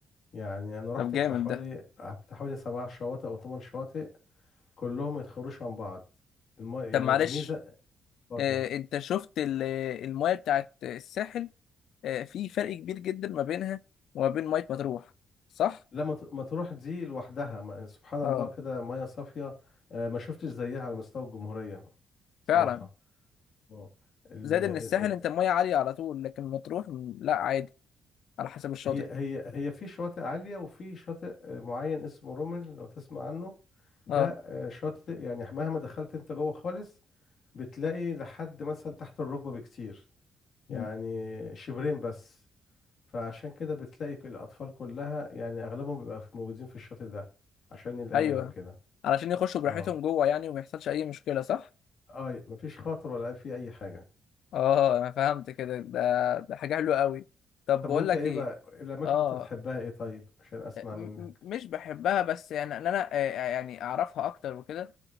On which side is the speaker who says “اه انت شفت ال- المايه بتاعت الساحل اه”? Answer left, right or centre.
Left